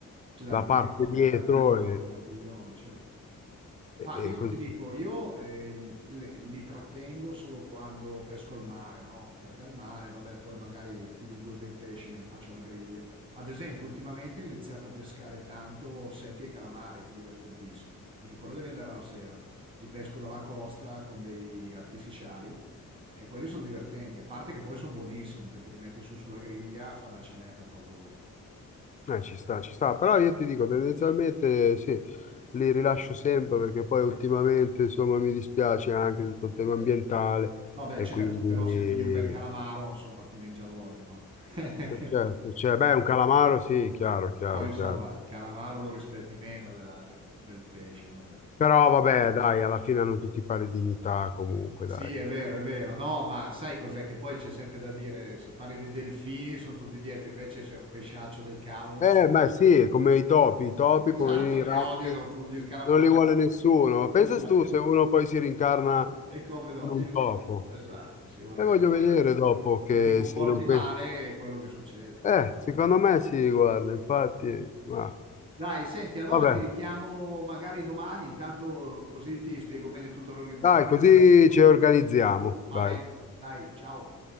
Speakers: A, on the right; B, on the left.
A: L'ardiglione,
B: la parte dietro
A: l'ardiglione, l'ardiglione, certo.
B: E,
A: Ma io
B: e così.
A: ti dico, io eh, li, li trattengo solo quando pesco al mare, no? Perché al mare, vabbè, poi magari piglio due bei pesci e me li faccio alla griglia. Ad esempio, ultimamente ho iniziato a pescare tanto seppie e calamari, che è divertentissimo. Anche quello devi andare alla sera. Li pesco dalla costa con dei artificiali e quelli sono divertenti, a parte che poi sono buonissimi, perché te li metti su sulla griglia, fa una cenetta favolosa.
B: Eh, ci sta, ci sta, però io ti dico tendenzialmente sì, li rilascio sempre perché poi ultimamente insomma mi dispiace anche tutto il tema ambientale
A: No, beh,
B: e
A: certo,
B: quindi
A: però se
B: eh,
A: pigli un bel calamaro, insomma, ti vien già voglia, no? <laughs>
B: certo, cioè, beh, un calamaro sì, chiaro, chiaro,
A: Poi, insomma,
B: chiaro.
A: calamaro lo rispetti meno della- del bel pesce, no? Del-
B: Però vabbè, dai, alla fine hanno tutti pari dignità comunque,
A: Sì,
B: dai.
A: è vero, è vero. No, ma sai cos'è che poi c'è sempre da dire, se parli dei delfini sono tutti dietro, invece sei un pesciaccio del cavolo.
B: Eh,
A: se-
B: ma sì, è come i topi,
A: <laughs>
B: i topi, poverini
A: Esatto,
B: ratti,
A: li odiano tu, gli scarafaggi.
B: non li vuole nessuno. Ma pensa
A: Esatto.
B: tu se uno poi si rincarna
A: E come no,
B: in un
A: in un
B: topo.
A: topo, esatto, sì, orrendo.
B: E voglio vedere
A: Eh,
B: dopo che
A: Se ti comporti
B: se non...
A: male
B: pe-
A: è quello che succede.
B: Eh, secondo me
A: eh.
B: sì, guarda, infatti... Ma...
A: Dai, senti, allora
B: Vabbè,
A: ti richiamo magari domani, intanto così ti spiego bene tutta l'organizzazione.
B: dai, così ci organizziamo. Dai,
A: Va bene, dai, ciao.